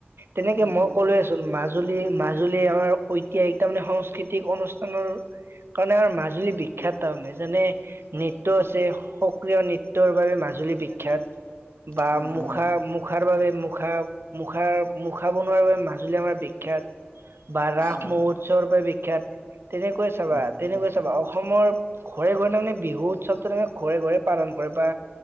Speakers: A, on the right; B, on the left.
A: তেনেকে
B: উম
A: মই
B: উম
A: ক'লোৱেচোন মাজ মাজুলী- মাজুলী আমাৰ ঐতিহাসিক তাৰমানে সংস্কৃতিক অনুষ্ঠানৰ কাৰণে আমাৰ মাজুলী বিখ্যাত তাৰমানে, যেনে নৃত্য আছে, সক্ৰিয় নৃত্যৰ বাবে মাজুলী বিখ্যাত। বা
B: উম
A: মুখা
B: উম
A: মুখ বাবে মুখা মুখাৰ- মুখা বনোৱাৰ বাবে মাজুলী আমাৰ বিখ্যাত। বা ৰাস
B: অ
A: মহোৎসৱৰ বাবে বিখ্যাত। তেনেকৈ চাবা-
B: উম উম
A: তেনেকৈ চাবা অসমৰ ঘৰে- ঘৰে তাৰমানে বিহু উৎসৱটো যেনেকে ঘৰে ঘৰে পালন কৰে বা